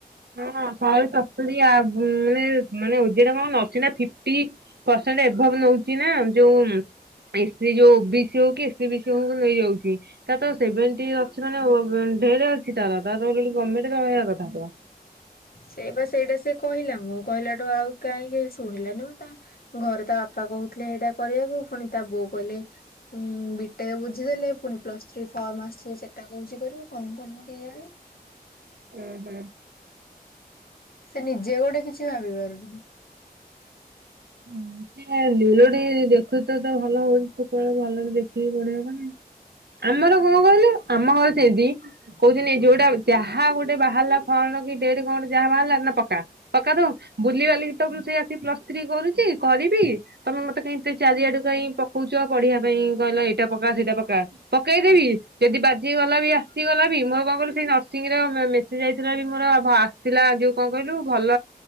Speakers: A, on the right (about 85°); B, on the left (about 65°).
A: ହଁ ଶହେରୁ ସତୁରି ମାନେ ମାନେଟା କଣ ଅସିନା ଏଭବ ନଉଛି ନା ଯୋଉ ଵି ସି ଯୋଉ ଓ ବି ସି ହଉ କି ଏ ସ ବି ସି ହଉ ନେଇଯାଉଛି, ତା ତ ସେଭେଣ୍ଟି ଅଛି ମାନେ ଢ଼େରେ ଅଛି ତାର ତା ଗମେଣ୍ଟରେ ରହିବା କଥା ତ?
B: ସେଇ ବା ସେଇଟା ସେ କହିଲା ମୁଁ କହିଲାଠୁ ଆଉ କାହିଁକି ଶୁଣିଲାନି ମ ତା ଘରେ ତା ବାପା କହୁଥିଲେ ଏଇଟା କରିବାକୁ ପୁଣି ତା ବୋଉ କଟା ବୁଝିଲେ ପୁଣି ପ୍ଲସ୍ ଥ ଫର୍ମ ଆସ ସେଟା କଛି କଣ? ଆ କେ <inaudible>
A: ହମ୍ଁ ହୁଁ <inaudible>
B: ସେ ନିଜେ ଗୋଟେ କିଛି ଭାବି ପାରୁନି।
A: ହଁ ସେ ଲିଲୋଡି ଦେଖୁଛ ତ ଭଲ ହଉନି ତୁ କଣ ଭଲରେ ଦେଖିକି ପଢିବ ନା <inaudible> ଆମର କଣ କହିଲୁ ଆମ ଘର ସେମତି କହୁଛନ୍ତି, ଯୋଉଟା ଯାହା ଗୋଟେ ବାହାରିଲା ଫଳ ଢ କଣ ଯାହା ବାହାରିଲ ନା ପକା ପକା ଦ ବୁଲିବାଲି ତ ସେ ଆସ ପ୍ଲସଥ୍ରଇ କରୁଛି କରିବି ତମେ ମତେ କାଇ ଚାରିଆଡୁ କାଇଁ ପକଉଛ ପଢିବା ପାଇଁ କହିଲ ଏଇଟା ପକା ସେଇଟା ପକା ପକେଇଦେବି ଯଦି ବାଜି ଗଲା ବି ଆସିଗଲା ବି ମୋର କଣ କିଲ ସେଇ ନର୍ସିଂରେ ମେସି ଯାଇଥିଲା ମୋର ଆସିଥିଲା ଯୋଉ କଣ କହିଲୁ ଭଲ